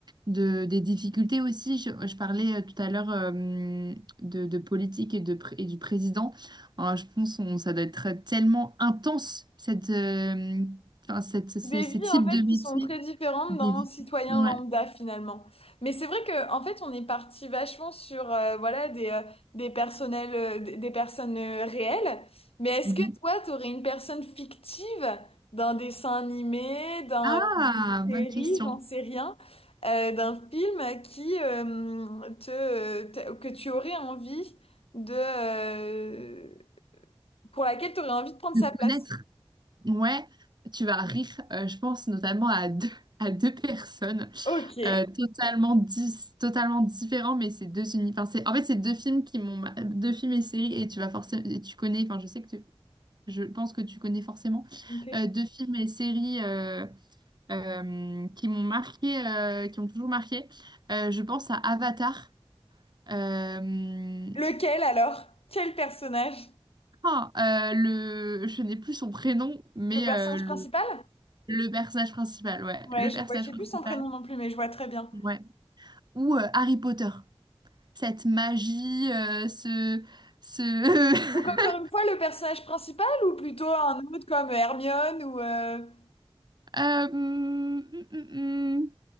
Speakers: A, on the right; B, on the left.
A: de, des difficultés aussi. Je, je parlais euh, tout à l'heure euh, de, de politique et, de, pr- et du président. Hein, je pense on, ça doit être tellement intense, cette, euh, enfin, cette, ces,
B: Des
A: ces
B: vies
A: types
B: en fait
A: de
B: qui
A: métiers.
B: sont très différentes
A: Des...
B: d'un
A: vies-
B: citoyen
A: Ouais.
B: lambda finalement. Mais c'est vrai que en fait on est parti vachement sur euh, voilà des euh, des personnels euh, des des personnes euh, réelles. Mais est-ce
A: Mm-hmm.
B: que toi t'aurais une personne fictive d'un dessin animé, d'un
A: Ah,
B: euh, d'une série,
A: bonne question.
B: j'en sais rien, euh, d'un film qui euh, te, te- que tu aurais envie de euh, pour laquelle tu aurais envie de prendre
A: De
B: sa place?
A: connaître. Ouais, tu vas rire, euh, je pense notamment à deux, à deux personnes
B: Ok.
A: euh, totalement, dis- totalement différents, mais c'est deux uni- enfin, c'est- en fait, c'est deux films qui m'ont, ma- deux films et séries, et tu vas forcément, et tu connais, enfin, je sais que tu- je pense que tu connais forcément
B: Ok.
A: euh, deux films et séries euh, euh, qui m'ont marqué, euh, qui m'ont toujours marqué. Euh, je pense à Avatar. euh,
B: Lequel alors? Quel personnage?
A: ah, euh, le... Je n'ai plus son prénom, mais
B: Le personnage
A: euh, le
B: principal?
A: Le personnage principal, ouais.
B: Ouais,
A: Le
B: je
A: personnage
B: vois, j'ai
A: principal,
B: plus son prénom non plus, mais je vois très bien.
A: ouais. Ou euh, Harry Potter. Cette magie, euh, ce... ce...
B: Donc encore
A: <laughs>
B: une fois, le personnage principal ou plutôt un autre comme Hermione ou... Euh...
A: Euh, hum, hum, hum.